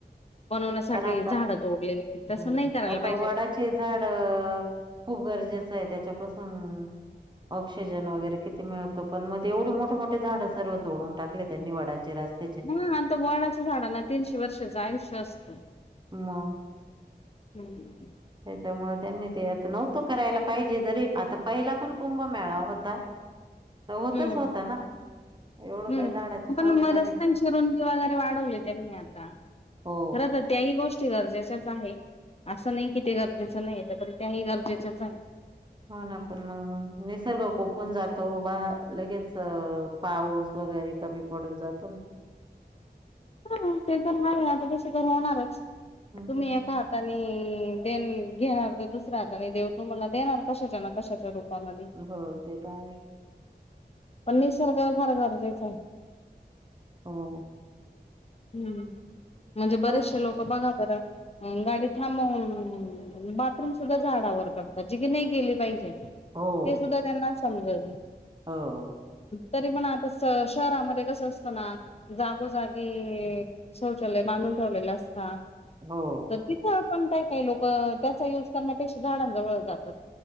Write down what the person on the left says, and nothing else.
बनवण्यासाठी
झाडं तोडली गेली तसं
नाही करायला
पाहिजे.
हा आता वडच्या झाडांना तीनशे वर्षाचं आयुष्य असतं.
हम्म.
हम्म.
हम्म
पण म
रस्तांचीरुंदी वगैरे वाढवली त्यांनी आता
खर तर त्याही गोष्टी गरजेच्याच आहे. असं नाही कि ते गरजेचं नाही तर पण त्याही गरजेचंच आहे.
<inaudible> हा ते तर नाही आता कसे तर होणारच
तुम्ही येत आहात आणि, देन घेणार तर दुसरा्या आणि देव तुम्हाला देणार कशाच्या ना कशाच्या रूपात. पण निसर्ग
पण निसर्ग फार गरजेचे आहे.
हम्म म्हणजे बरेचसे
लोक बघा बरं अ गाडी थांबव बाथरूम सुद्धा झाडावर करतात जी की नाही केली पाहिजे.
ते सुद्धा त्यांना समजात नाही.
तरी पण आता शहरामध्ये कसं असतं ना जागोजागी. म शौचालय बांधून ठेवलेलं असता.
तर तिथं पण काय काय लोक त्याचा युज करन्या पेक्षा झाडांजवळ जातात.